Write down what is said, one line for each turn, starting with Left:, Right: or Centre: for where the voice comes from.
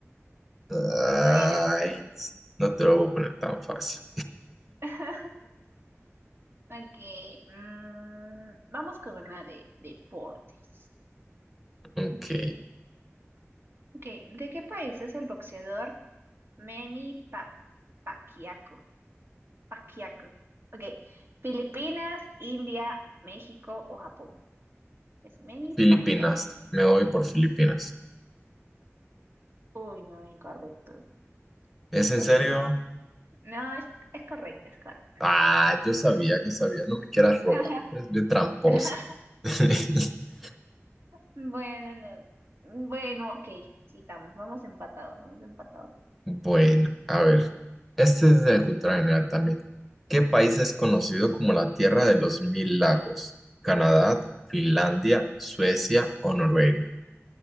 Centre: Ay,
Right: Bueno, pues.
Centre: no te lo voy a poner tan fácil.
Right: <laughs> Ok, mm, vamos con una de deportes.
Centre: Ok.
Right: Ok, ok. ¿De qué país es el boxeador Manny Pa- Pacquiao? Pacquiao. Ok, Filipinas, India, México o Japón. Es Manny
Centre: Filipinas,
Right: Pacquiao.
Centre: me voy por Filipinas.
Right: Uy, no, incorrecto.
Centre: ¿Es en
Right: Continúa.
Centre: serio?
Right: No, es, es correcto, es correcto.
Centre: Ah, yo sabía, yo sabía, no me quieras robar.
Right: Ajá.
Centre: Es bien tramposa.
Right: <laughs>
Centre: <laughs>
Right: Bueno, no. Bueno, ok, sigamos, vamos empatados, vamos empatados.
Centre: Bueno, a ver. Este es de cultura general también. ¿Qué país es conocido como la Tierra de los Mil Lagos? ¿Canadá, Finlandia, Suecia o Noruega?